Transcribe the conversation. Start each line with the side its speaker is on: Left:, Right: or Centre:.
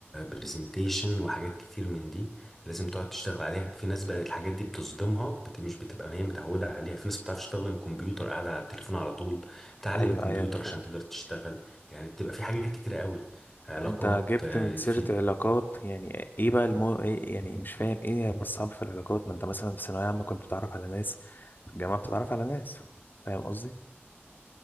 Centre: presentation وحاجات كتير من دي لازم تقعد تشتغل عليها في ناس بقى الحاجات دي بتصدمها بت... مش بتبقى هي متعودة عليها في ناس بتعرفش تستخدم كمبيوتر قاعدة على التليفون على طول بتعلم
Left: ايوه
Centre: كمبيوتر
Left: ايوه انا فاهم
Centre: عشان تقدر تشتغل يعني بتبقى في حاجات كتيرة قوي علاقات
Left: انت جبت
Centre: آه،
Left: من سيرة
Centre: في
Left: علاقات يعني ايه بقى المو... إيه يعني مش فاهم ايه بس صعب في العلاقات ما انت مثلا في ثانوية عامة كنت بتتعرف على ناس في الجامعة بتتعرف على ناس فاهم قصدي